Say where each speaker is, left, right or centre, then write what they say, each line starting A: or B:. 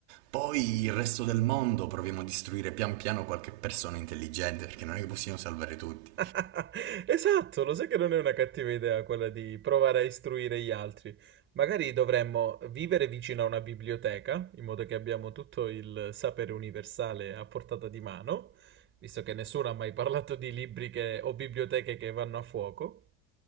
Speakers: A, on the right; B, on the right.
A: Poi il resto del mondo proviamo a distruggere pian piano qualche persona intelligente, perché non è che possiamo salvare tutti.
B: <laughs> Esatto, lo sai che non è una cattiva idea quella di provare a istruire gli altri. Magari dovremmo vivere vicino a una biblioteca, in modo che abbiamo tutto il sapere universale a portata di mano, visto che nessuno ha mai parlato di libri che- o biblioteche che vanno a fuoco.